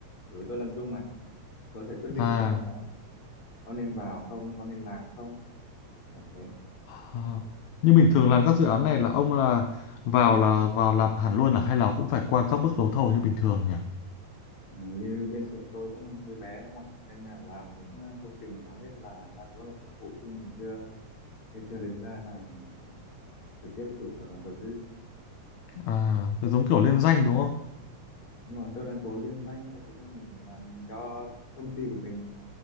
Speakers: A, on the left; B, on the left.
A: bởi vì tôi làm chung mà tôi sẽ quyết định
B: à.
A: xem là có nên vào không có nên làm không kiểu thế
B: à. Như bình thường
A: ừ.
B: làm các dự án này là ông là vào là vào làm hẳn luôn à hay là cũng phải qua các bước đấu thầu như bình thường nhỉ?
A: Ừ, như bên xưởng tôi cũng hơi bé đúng không ạ nên là làm những ờ, công trình hầu hết là đa số là thầu phụ thì mình chưa chưa chưa đứng ra làm trực tiếp với chủ tờ- đầu tư
B: À, giống kiểu liên danh đúng không?
A: Đúng rồi, tôi đang cố liên danh với một số công việc là mình cho công ty của mình